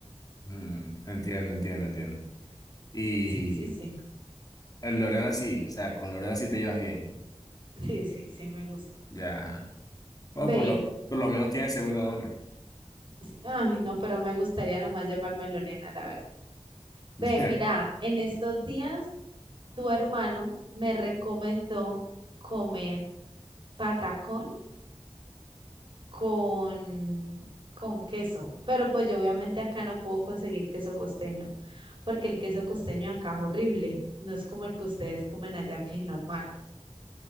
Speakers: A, on the left; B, on the right.
A: Mm, entiendo, entiendo, entiendo. Y
B: Sí, sí, sí. <laughs>
A: eh, Lorena sí, o sea, con Lorena sí te llevas bien.
B: Sí, sí, sí, me gusta.
A: Ya. Bueno,
B: Ve,
A: por lo, por lo menos tiene segundo nombre.
B: s- ay, no, pero me gustaría nomás llamarme Lorena, la verdad. Ve,
A: <laughs> Ya.
B: mira, en estos días tu hermano me recomendó comer patacón con, con queso, pero pues yo obviamente acá no puedo conseguir queso costeño, porque el queso costeño acá es horrible, no es como el que ustedes comen allá, que es normal.